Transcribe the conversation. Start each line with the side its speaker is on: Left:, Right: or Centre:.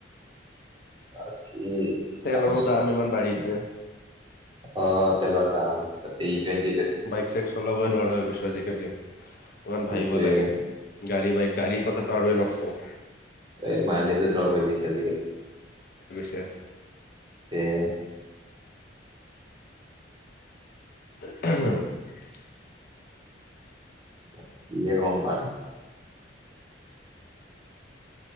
Right: <unintelligible>
Left: তেলৰো দাম ইমান বাঢ়িছে
Right: অ তেনান অ তাতেই তেন <unintelligible>
Left: বাইক চাইক চলাবই নোৱাৰাই হৈ গৈছো আজিকালি ইমান
Right: সেইটোৱে
Left: ভাবিব লাগে গাড়ী বাইক। গাড়ীৰ কথাটো আৰুএ নকওঁ।
Right: এ মাইলেজো যাব দিছে আজিকালি।
Left: তে
Right: উম
Left: হ <unintelligible>
Right: <unintelligible>